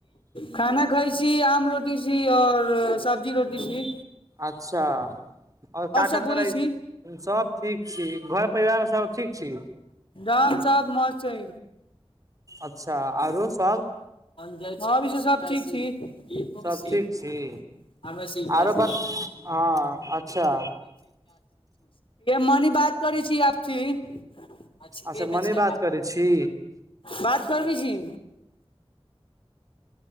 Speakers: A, on the left; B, on the right.
A: खाना घर सी आम रोटी सी और सब्जी रोटी सी
B: अच्छा ओर काठ
A: सब
B: करै
A: बोलै छी
B: सब ठीक छी घर परिवार सब ठीक छी
A: दाम सब मस्त छै
B: अच्छा आरो सब
A: जाइ छी ओर भी छै सब ठीक छी इहो
B: सब ठीक छी
A: से
B: आरो बस हँ अच्छा
A: मनी बात कर छी आबि छी अछ एखन
B: अच्छा
A: मे
B: मने
A: छै
B: बात करै छी
A: बात करबी छी